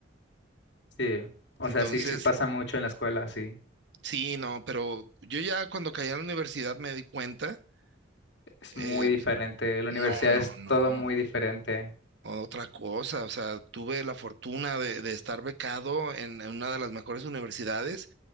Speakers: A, on the left; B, on the right.
A: sí. O
B: Entonces,
A: sea, sí, sí pasa mucho en la escuela, sí.
B: Sí, no, pero yo ya cuando caí a la universidad me di cuenta,
A: Es
B: eh,
A: muy diferente. La
B: no,
A: universidad
B: no,
A: es
B: no,
A: todo muy diferente.
B: otra cosa, o sea, tuve la fortuna de, de estar becado en, en una de las mejores universidades